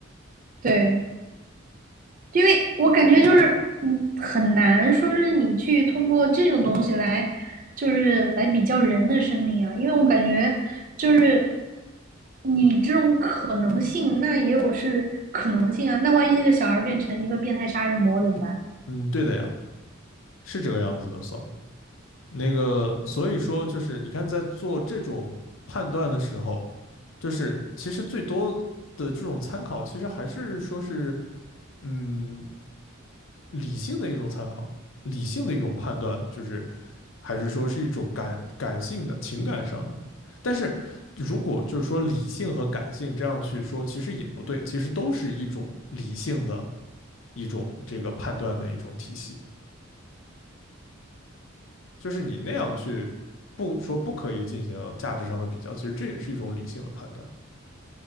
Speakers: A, on the right (about 40°); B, on the left (about 70°).
A: 对，因为我感觉就是你很难说是你去通过这种东西来，就是来比较人的生命啊，因为我感觉就是你这种可能性，那也有是可能性啊，那万一那个小孩变成一个变态杀人魔怎么办？
B: 嗯，对的呀，是这个样子的，so。所那个，所以说就是你看，在做这种判断的时候，就是其实最多的这种参考，其实还是说是，嗯，理性的一种参考，理性的一种判断，就是还是说是一种感感性的情感上的。但是如果就是说理性和感性这样去说，其实也不对，其实都是一种理性的一种这个判断的一种体系。就是你那样去不说不可以进行价值上的比较，其实这也是一种理性的判断。